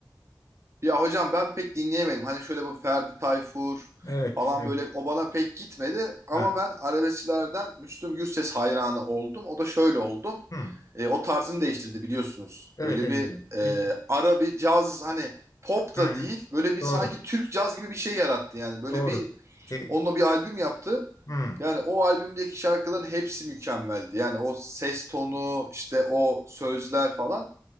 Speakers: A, on the right; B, on the left.
A: Ya hocam ben pek dinleyemedim. Hani şöyle bu Ferdi Tayfur
B: Evet.
A: falan
B: Evet.
A: böyle o bana pek gitmedi. Ama
B: Ha.
A: ben arabeskçilerden Müslüm Gürses hayranı oldum. O da şöyle oldum.
B: Hı.
A: E, o tarzını değiştirdi biliyorsunuz.
B: Evet
A: Böyle
B: evet,
A: bir
B: biliyorum.
A: e,
B: Bir,
A: ara bir caz hani pop da
B: Hı,
A: değil. Böyle bir
B: doğru.
A: sanki Türk caz gibi bir şey yarattı yani. Böyle
B: Doğru.
A: bir
B: E,
A: onunla bir albüm yaptı.
B: hı,
A: Yani o albümdeki şarkıların hepsi mükemmeldi. Yani o ses tonu işte o sözler falan.